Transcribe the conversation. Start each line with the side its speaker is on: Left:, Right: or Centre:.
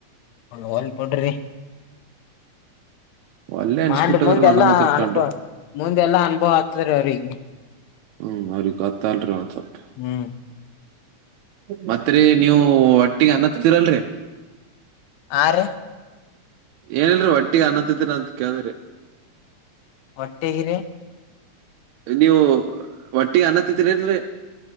Left: ಹೊಲ್ಬಿಡ್ರೀ
Right: ಒಲ್ಲೆ ಅನ್ಸ್ಬಿಟ್ಟದ್ರ
Left: ಮಾಡ್ಲಿ ಮುಂದೆಲ್ಲಾ
Right: ನನಗಂತರ
Left: ಅನುಭವ
Right: ಕಂಡ
Left: ಮುಂದೆಲ್ಲಾ ಅನುಭವ ಆಗ್ತದೆ ರೀ ಅವ್ರಿಗೆ
Right: ಹ್ಮ್ ಅವರಿಗೆ ಗೊತ್ತಾಗಲ್ರೀ ಒಂದ್ ಸ್ವಲ್ಪ
Left: ಹ್ಮ್
Right: ಮತ್ ರೀ ನೀವು ಹೊಟ್ಟಿಗೆ ಅನ್ನ ತಿಂತಿರ ಇಲ್ಲ ರೀ
Left: ಆರೆ
Right: ಏನಿಲ್ಲ ರೀ ಹೊಟ್ಟಿಗೆ ಅನ್ನ ತಿಂತೀರ ಅಂತ ಕೇಳ್ದಿರಿ
Left: ಹೊಟ್ಟಿಗೆ ರೀ
Right: ನೀವು ಹೊಟ್ಟಿಗೆ ಅನ್ನ ತಿಂತಿರ ಇಲ್ರೀ